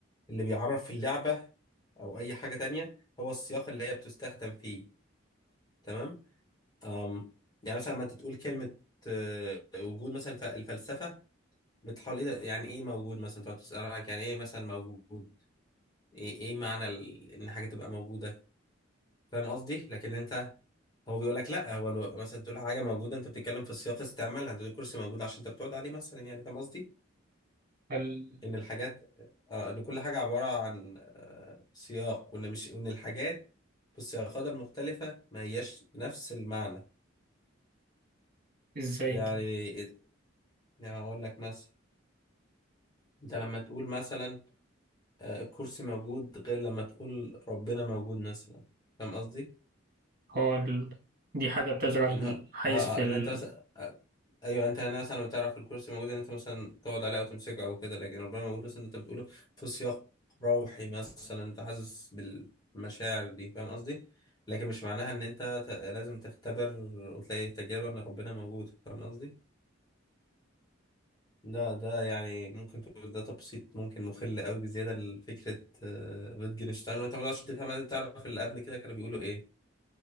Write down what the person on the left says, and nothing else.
اللي بيعرف اللعبة او اي حاجة تانية هو السياق اللي هي بتستخدم فيه تمام أم... يعني مثلا ما انت تقول كلمة آه، وجود مثلا ف- الفلسفة بتحاول ايه ده يعني ايه موجود مثلا تقعد تسأل عنك يعني ايه مثلا موجود ايه, إيه معنى ال... ان حاجة تبقى موجودة فاهم قصدي لكن انت هو بيقول لك لا هو لو مثلا تقول حاجة موجودة انت بتتكلم في السياق استعمال انت تقول كرسي موجود عشان انت بتقعد عليه مثلا يعني فاهم قصدي
ان الحاجات آه، ان كل حاجه عباره عن آه، سياق وان مش وان الحاجات في السياقات المختلفه ما هياش نفس المعنى
يعني يعني هقول لك مثلا انت لما تقول مثلا آه، الكرسي موجود غير لما تقول ربنا موجود مثلا فاهم قصدي
انها
اه
اه
اللي انت مثلا آه، ايوه انت هنا مثلا بتعرف الكرسي موجود ان انت مثلا تقعد عليه او تمسكه او كده لكن ربنا موجود مثلا انت بتقوله في سياق روحي مثلا انت حاسس بالمشاعر دي فاهم قصدي لكن مش معناها ان انت ت- لازم تختبر وتلاقي تجربة ان ربنا موجود فاهم قصدي ده ده يعني ممكن تقول ده تبسيط ممكن مخل قوي بزياده لفكره آه، wittgenstein وانت ما تقدرش تفهم لازم تعرف اللي قبل كده كانوا بيقولوا ايه